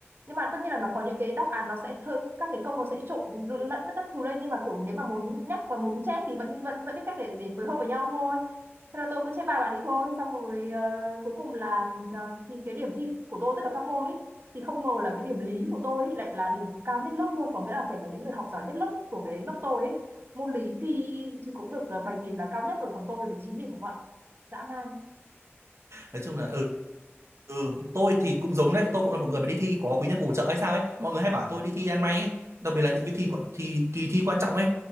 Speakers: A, on the right; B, on the right.
A: nhưng mà tất nhiên là nó có những cái đáp án nó sẽ hơi các cái câu nó sẽ trộn lẫn tất các thứ lên nhưng mà kiểu nếu mà muốn nhắc và muốn chép thì vẫn vẫn vẫn biết cách để để phối hợp với nhau thôi thế là tôi cứ chép bài bạn ấy thôi xong rồi ờ, cuối cùng là ờ, thì cái điểm thi của tôi tất cả các môn ấy thì không ngờ là cái điểm lý của tôi ấy, lại là điểm cao nhất lớp luôn có nghĩa là kể cả những người học giỏi nhất lớp của cái lớp tôi ấy môn lý thì thì cũng được ờ, 7 điểm là cao nhất rồi còn tôi là được 9 điểm đúng không ạ dã man
B: nói chung là ừ Ừ, tôi thì cũng giống đấy, tôi cũng là một người mà đi thi có quý nhân phù trợ hay sao ấy. Mọi người hay bảo tôi đi thi ăn may ấy, đặc biệt là những cái thi quan- thì kỳ thi quan trọng ấy,